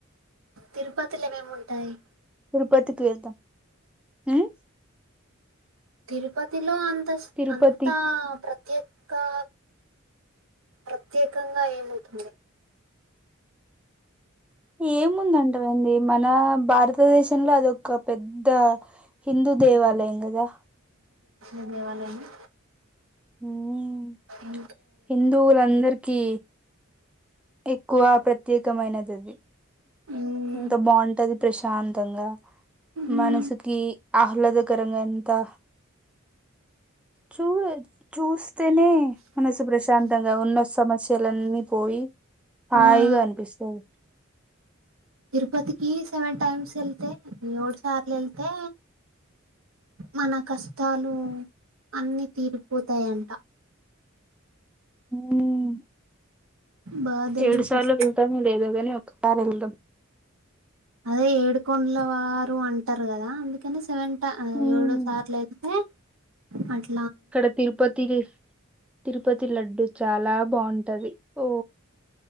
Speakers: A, on the right; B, in the centre.
A: తిరుపతిలో ఏమేముంటాయియ్
B: తిరుపతికి వెళదాం ఉమ్
A: తిరుపతిలో అం స్
B: తిరుపతి
A: అంతా ప్రత్యేక ఇకా ప్రత్యేకంగా ఏముటుంది
B: ఏముంది అంటావేంది మనా భారతదేశంలో అదొ ఒక పెద్ద హిందూ దేవాలయం గదా
A: ఉండే వాళ్ళని
B: ఉమ్
A: ఇ
B: హిందువులందరికీ ఎక్కువ ప్రత్యేకమైనదది
A: మ్మ్.
B: ఎంత బావుంటది ప్రశాంతంగా
A: మ్మ్.
B: మనసుకి ఆహ్లాద గర్లఅంతా చూడు అయితే చూస్తేనే మనసు ప్రశాంతంగా ఉన్న సమస్యలన్నీ పోయి హాయిగా
A: ఆ
B: అనిపిస్తుంది
A: తిరుపతికి సెవెన్ టైమ్స్ వెళ్తే ఏడు సార్లు వెళ్తే మన కష్టాలు అన్ని తీరిపోతాయంట
B: ఉమ్,
A: బాధలు
B: ఏడు సార్లు
A: కష్టాలు
B: వెళ్తానో లేదోగాని ఒక్కసారి వెళ్దాం
A: అదే ఏడుకొండల వారు అంటారు కదా అందుకని సెవెన్ ఆ
B: ఉమ్,
A: ఏడు సార్లు ఏళ్తే అట్ల
B: ఇక్కడ తిరుపతి తిరుపతి తి లడ్డు చాలా బాగుంటది ఓ